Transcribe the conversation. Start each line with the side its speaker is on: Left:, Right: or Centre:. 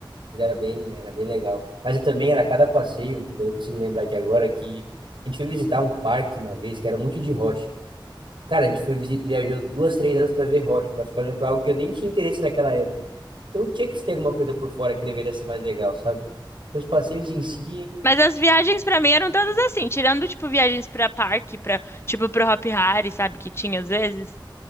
Right: Mas era bem, era bem legal. Mas eu também era cada passeio, que eu não consigo lembrar aqui agora, que a gente foi visitar um parque uma vez, que era um monte de rocha. Cara, a gente foi visi- viajou duas, três horas pra ver rocha, pra ficar olhando pra algo que eu nem tinha interesse naquela época. Então tinha que ter alguma coisa por fora que deveria ser mais legal, sabe? Porque os passeios em si.
Left: Mas as viagens pra mim eram todas assim, tirando tipo viagens pra parque, para tipo pro Hop Hari, sabe, que tinha às vezes.